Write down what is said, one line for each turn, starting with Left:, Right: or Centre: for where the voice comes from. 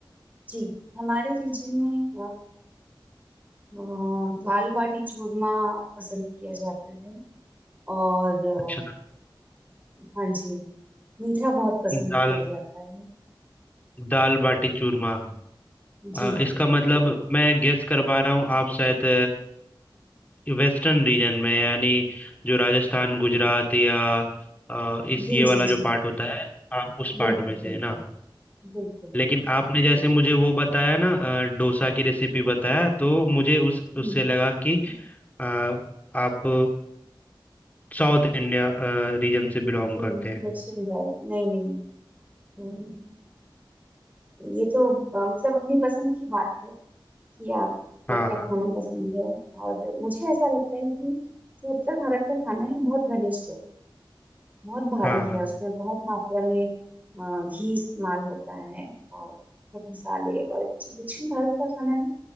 Right: जी हमारे रीजन में अ, अ, दाल बाटी चूरमा पसंद किया जाता है और अ,
Left: अच्छा
Right: हाँ जी मीठा बहुत पसंद
Left: दाल
Right: किया जाता है
Left: दाल बाटी चूरमा
Right: जी
Left: अ, इसका मतलब मैं गेस कर पा रहा हूँ आप शायद वेस्टर्न रीजन में यानी जो राजस्थान गुजरात या अ, इस
Right: जी
Left: ये वाला
Right: जी
Left: जो
Right: जी
Left: पार्ट होता है आप उस पार्ट
Right: बिल्कुल
Left: में से
Right: बिल्कुल
Left: है ना
Right: बिल्कुल बिल्कुल
Left: लेकिन आपने जैसे मुझे वो बताया ना अ, डोसा की रेसिपी बताया तो मुझे उस
Right: हम्म,
Left: उससे लगा कि अ, आप साउथ इंडिया रीजन से बिलोंग
Right: जी
Left: करते
Right: जी
Left: हैं
Right: दक्षिण भारत नहीं नहीं हम्म, ये तो अ, मतलब अपनी पसंद की बात है कि आपको
Left: हाँ
Right: क्या खाना पसंद है और मुझे ऐसा लगता है कि जो उत्तर भारत का खाना है बहुत घनिष्ठ है बहुत भारी
Left: हाँ हाँ
Right: है उसमें बहुत मात्रा में अ, घी इस्तेमाल होता है और सब मसाले और जो दक्षिण भारत का खाना है